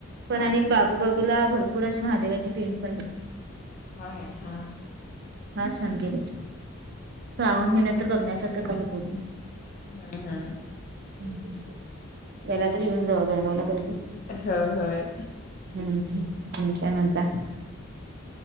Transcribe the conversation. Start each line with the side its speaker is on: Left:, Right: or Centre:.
Right: पण
Left: हा
Right: आणि बाजू-बाजूला भर पुरश महादेवाची फेंट पण हे.
Left: होय हा.
Right: हार छान गेलच श्रावण महिन्यात तर बघण्यासारख काय हे पूर्ण.
Left: हा हा.
Right: हम्म हम्म याला तरी येऊन जावा बेळगावला कधीतरी.
Left: होय होय.
Right: हम्म हम्म आणि काय म्हणता?